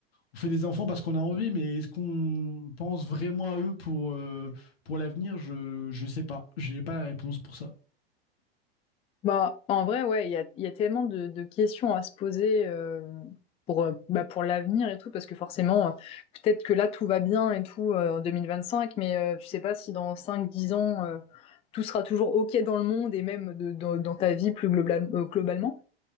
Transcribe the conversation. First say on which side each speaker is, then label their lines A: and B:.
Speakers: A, on the left; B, on the left.
A: on fait des enfants parce qu'on a envie, mais est-ce qu'on pense vraiment à eux pour, euh, pour l'avenir? Je, je sais pas. J'ai pas la réponse pour ça.
B: Bah, en vrai, ouais, il y a, il y a tellement de, de questions à se poser euh, pour, euh, bah, pour l'avenir et tout, parce que forcément, euh, peut-être que là, tout va bien et tout euh, en cinq mais euh, tu sais pas si dans cinq dix ans, euh, tout sera toujours OK dans le monde et même de- dans dans ta vie plus global- euh, globalement.